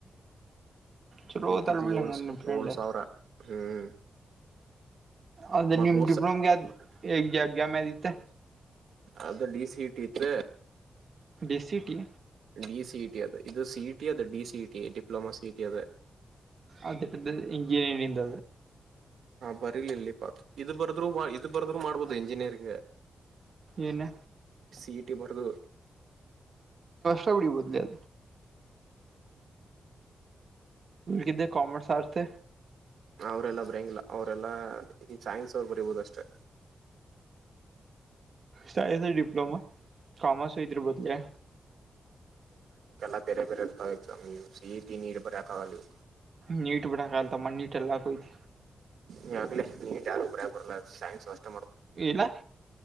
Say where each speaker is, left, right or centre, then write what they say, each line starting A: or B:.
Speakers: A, on the right; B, on the right.
A: ಚಲೋ ಓದಲ್ಲ
B: ಹಾದ್ದು
A: ಬಿಡ್ಲಿ
B: ಏಳು
A: ಹಂಗಂದ್ರೆ ನಿಮ್ಮ ಫ್ರೆಂಡ್
B: ಏಳು ಸಾವಿರ ಹ್ಮ್
A: ಅದ್ರೆ
B: ಮ
A: ನಿಮ್
B: ಹೋರ್ಸ
A: ಡಿಪ್ಲೋಮ ಎಗ ಮ್ತೆ
B: ಅದು ಡಿ ಸಿ ಇಟ್ಟ ಇತ್
A: ಬಿಸಿಟಿ
B: ಡಿ ಸಿಇ ಟಿ ಅದು ಇದು ಸಿ ಟಿ ಅದ ಡಿ ಸಿಇಟಿ ಡಿಪ್ಲೊಮ ಸಿಇಟಿ ಅದ
A: ಅದು ಇಜಿಯ ಇಂದ
B: ಬರಿರ್ಲ ಪಾ ಇದು ಬರ್ದ್ರು ಇದು ಬರ್ದ್ರು ಮಾಡ್ಬೋದು ಎಂಜಿನಿಯರಿಂಗ್
A: ಏನು
B: ಸಿಇಟಿ ಬರ್ದು
A: ಸಗಿ ಬದಲ ಕ ಕಾಮರ್ಸ್ ಆಡ್ಸ್
B: ಅವರೆಲ್ಲ ಬರಯಂಗಿಲ್ಲ ಅವರೆಲ್ಲಾ ಈ ಸೈನ್ಸ್ ಅವ್ರ ಬರಿಬೋದಷ್ಟೆ
A: ಸ ಡಿಪ್ಲೋಮಾ ಕಾಮರ್ಸ್ ಇದ್ರ ಬದಲ
B: ಬ ಬ ಸ ಸಿಟಿ ಬರೆದಾಗ ಇವು
A: ನೀಟ ಬಿಡ ಕಾಲತಮ್ಮ ನೀಟ ಎಲ್ಲಾಯತಿ
B: ನಿ ಟ ಗಿ ನೀ ಬರೆಯಕ್ ಬರಲ್ಲ ಸೈನ್ಸ್ ನಷ್ಟ ಮಾಡದು
A: ಇಲ್ಲ